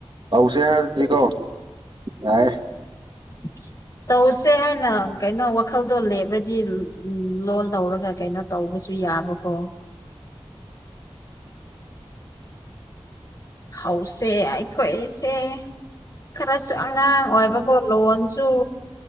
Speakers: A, on the right; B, on the left.
A: ꯑꯧꯁꯦ ꯍꯥꯏꯔꯗꯤ ꯀꯣ ꯌꯥꯏ
B: ꯎ ꯇꯧꯁꯦ ꯍꯥꯏꯅ ꯀꯩꯅꯣ ꯋꯥꯈꯜꯗꯣ ꯂꯦꯞꯔꯗꯤ ꯎ ꯂꯣꯟ ꯂꯧꯔꯒ ꯀꯩꯅꯣ ꯇꯧꯕꯁꯨ ꯌꯥꯕꯀꯣ ꯍꯧꯁꯦ ꯑꯩꯈꯣꯏꯁꯦ ꯈꯔꯁꯨ ꯑꯉꯥꯡ ꯑꯣꯏꯕꯒꯣ ꯂꯣꯟꯣꯟꯁꯨ